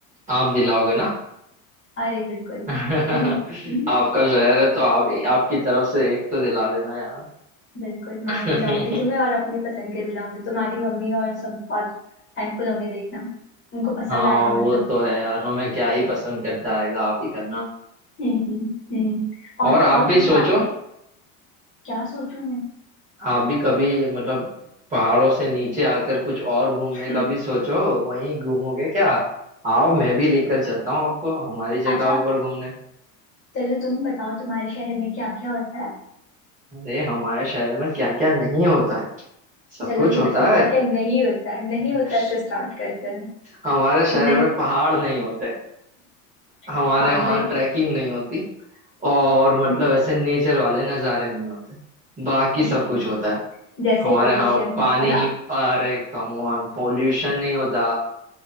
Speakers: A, on the right; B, on the left.
A: आप दिलाओगे ना
B: अरे बिल्कुल
A: <laughs>
B: <laughs>
A: आपका शहर है तो आप आपकी तरफ से एक तो दिला देना यार
B: बिल्कुल मैं
A: <laughs>
B: दिलाऊंगी तुम्हें और अपनी पसंद के दिलाऊंगी तुम्हारी मम्मी और सब बहुत थैंकफुल होंगे देखना उनको पसंद
A: हाँ
B: आएगा
A: वो
B: मतलब
A: तो है
B: <laughs>
A: यार हमें क्या ही पसंद करता आएगा आप ही करना
B: हम्म हम्म हम्म।
A: और
B: और
A: आप
B: बताओ
A: भी
B: तुम्हें
A: सोचो
B: खा क्या सोचूं मैं
A: आप भी कभी मतलब पहाड़ों से नीचे आकर कुछ और घूमने
B: <laughs>
A: का भी सोचो वहीं घूमोगे क्या आओ मैं भी लेकर चलता हूँ आपको हमारी जगहों
B: अच्छा
A: पर घूमने
B: चलो तुम बताओ तुम्हारे शहर में क्या क्या होता है
A: अरे हमारे शहर में क्या क्या नहीं होता है सब
B: चलो
A: कुछ
B: ये
A: होता
B: बताओ क्या
A: है
B: क्या नहीं होता है नहीं होता
A: <laughs>
B: से स्टार्ट करते हैं
A: हमारे शहर
B: नहीं
A: में पहाड़ नहीं होते
B: <laughs>
A: हमारे
B: हाँ
A: वहाँ
B: वही
A: ट्रैकिंग नहीं होती और
B: <laughs>
A: मतलब ऐसे नेचर वाले नज़ारे नहीं होते बाकी
B: ओके
A: सब कुछ होता है
B: जैसे
A: हमारे
B: पोल्यूशन
A: यहाँ पानी
B: है ना
A: ही अरे कम ऑन पोल्यूशन नहीं होता